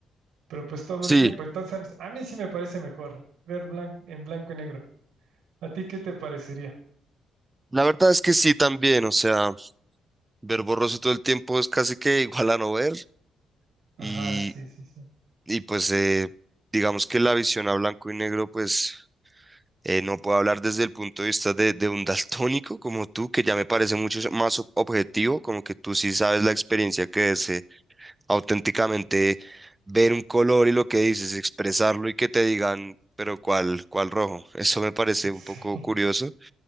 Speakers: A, on the right; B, on the right.
A: pero pues todo
B: Sí,
A: el tiempo. Entonces, a mí sí me parece mejor ver blan- en blanco y negro. ¿A ti qué te parecería?
B: la verdad es que sí también, o sea, ver borroso todo el tiempo es casi que igual a no ver y,
A: Ajá, sí, sí, sí.
B: y pues eh, digamos que la visión a blanco y negro, pues eh, no puedo hablar desde el punto de vista de, de un daltónico como tú, que ya me parece mucho más ob- objetivo, como que tú sí sabes la experiencia que es eh, auténticamente ver un color y lo que dices, expresarlo y que te digan, pero ¿cuál, cuál rojo? Eso me parece
A: Sí,
B: un poco
A: <laughs>
B: curioso,